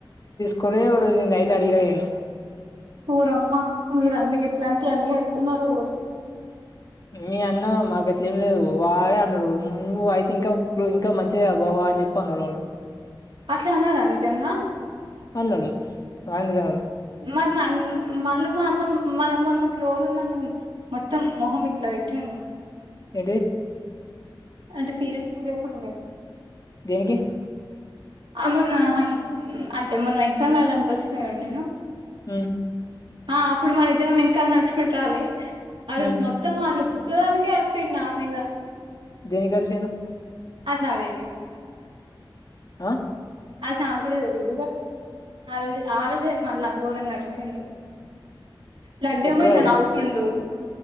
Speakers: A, on the left (about 45°); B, on the right (about 80°).
A: కొరియో ఒక రోజు నైట్ అడిగిన నేను
B: ఓరమ్మ మీరు అన్ని గిట్లాంటివి అన్ని చేత్తున్నారు
A: మీ అన్న మాక గట్లేమి లేదు వాడే అన్నాడు నువ్వు అయితే ఇంకా ఇంకా మంచిది అ బావ అని జెప్పి అన్నడు వాడు
B: అట్ల అన్నాడా నిజంగా
A: అన్నడు ఆ ఎందుకు అన్నడు
B: మరి మళ్ళ మా అన్నం మనం మొన్నట్లుదున్న మొత్తం మొహం ఇట్లా పెట్టి <unintelligible>
A: ఏంటి
B: అంటే సీరియస్ సీరియస్ ఉండే
A: దేనికి
B: ఆ మొన్న అం అంటే మొన్న ఎగ్జామ్ రాయ డానికి వచ్చిన చూడు నేను
A: ఉం
B: ఆ అప్పుడు మనం ఇద్దరం వెనకాల నడుచుకుంట రాలె ఆ రోజు
A: ఉమ్
B: మొత్తం అన్న వుత్తదానికే అరిసిండు నా మీద
A: దెనికరిసిండు
B: అది నాకు తెలియదు
A: ఆ
B: అది నాకు కూడా తెలీయదు బట్ ఆ రోజు ఆ రోజే మళ్ళ ఘోరంగా అరిసిండు లడ్డేమో
A: ఎప్పుడు
B: ఇట్ల
A: అది
B: నవుతుండు